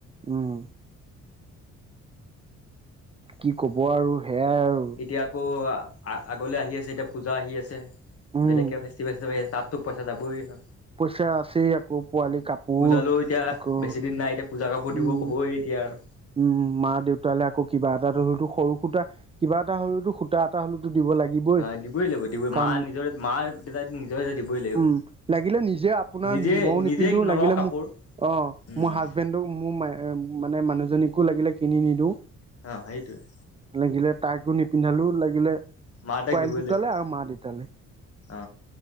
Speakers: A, on the right; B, on the left.
A: উম কি কব আৰু? সেয়াই আৰু
B: এতিয়া আকৌ আগলে আহি আছে এতিয়া পূজা আহি আছে
A: উম
B: বেলেগ কে ফেষ্টিভেল চ আহি আছে। তাততো পইচা যাবই আৰু
A: পইচা আছেই আকৌ পোৱালি
B: উম
A: কাপোৰ
B: পূজালৈও এতিয়া
A: আকৌ
B: বেছি দিন নাই এতিয়া পূজা কাপোৰ দিব
A: উম
B: ক'বই এতিয়া আৰু।
A: উম মা -দেউতালৈ আকৌ কিবা এটা হেৰিতো সৰু সুতা কিবা এটা সৰুতো সূতা এটা হ দিব লাগিবই
B: অ দিবই লাগিব দিবই
A: কাৰণ
B: মা নিজৰে মা দেউতাই নিজৰ দিবই লাগিব
A: উম লাগিলে নিজ যে আপোনাৰ
B: নিজে
A: মইও
B: নিজে
A: নিপিন্ধো
B: নলওঁ
A: লাগিলে
B: কাপোৰ
A: মোক অ
B: উম
A: মোৰ
B: উম
A: হাজবেণ্ডক মোৰ ম মানে মানুহজনীকো লাগিলে কিনি নিদিওঁ।
B: অ সেইটোৱে।
A: লাগিলে তাইকো নিপিন্ধালোঁ লাগিলে
B: মা দেউতাক
A: পোৱালি
B: দিবই
A: দুটালে
B: লাগিব
A: আৰু মা - দেউতালে।
B: অ